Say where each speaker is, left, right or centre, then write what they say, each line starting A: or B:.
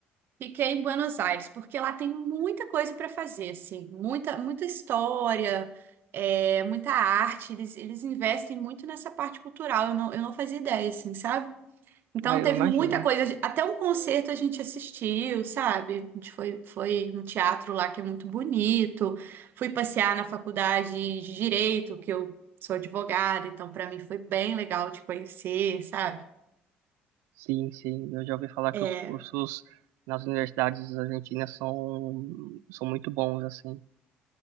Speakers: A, on the right (about 60°); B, on the right (about 85°).
A: Fiquei em Buenos Aires, porque lá tem muita coisa para fazer, assim, muita, muita história, é, muita arte. Eles, eles investem muito nessa parte cultural. Eu não, eu não fazia ideia, assim, sabe? Então
B: Ah, eu
A: teve
B: imagino.
A: muita coisa, até um concerto a gente assistiu, sabe? A gente foi, foi no teatro lá que é muito bonito. Fui passear na faculdade de direito, que eu sou advogada, então para mim foi bem legal te conhecer, sabe?
B: Sim, sim. Eu já ouvi falar
A: É,
B: que os cursos nas universidades argentinas são, são muito bons, assim.